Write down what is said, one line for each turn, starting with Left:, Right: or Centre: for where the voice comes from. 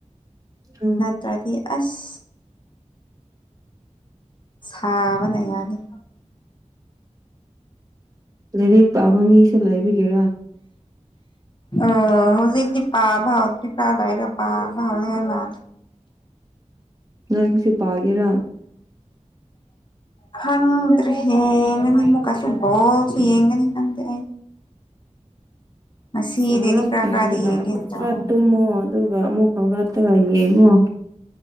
Right: ꯎꯝ
Left: ꯅꯠꯇ꯭ꯔꯗꯤ ꯑꯁ ꯁꯥꯕꯅꯅꯤ
Right: ꯂꯥꯏꯔꯤꯛ ꯄꯥꯕ ꯃꯤꯁꯨ ꯂꯥꯏꯕꯤꯒꯦꯔꯥ
Left: ꯑꯣ ꯍꯧꯖꯤꯛꯛꯇꯄꯥꯚꯥꯎ ꯇꯄꯥ ꯑꯗꯥꯥꯏꯗꯄꯄꯥ ꯥꯎ ꯍꯥꯏꯦ ꯃꯥ
Right: ꯂꯁꯤꯄꯒꯦꯔ <inaudible>
Left: ꯈꯪꯗ꯭ꯔꯦ ꯍꯦꯉꯅꯤꯃ ꯀꯁꯨꯕꯣꯁꯨ ꯌꯦꯦꯉꯅꯤ ꯈꯪ꯭ꯔꯦ ꯉꯁꯤꯗꯩꯗꯤ
Right: ꯉ
Left: ꯈꯔ ꯈꯔꯗꯤ
Right: ꯉ
Left: ꯌꯦꯡꯒꯦꯅ
Right: ꯀ꯭ꯔ
Left: ꯇꯧꯔꯝꯃꯤ
Right: ꯇꯃꯣ ꯑꯗꯨꯒ ꯑꯃꯨꯛꯥꯎꯒꯠꯇꯕ ꯌꯦꯉꯣ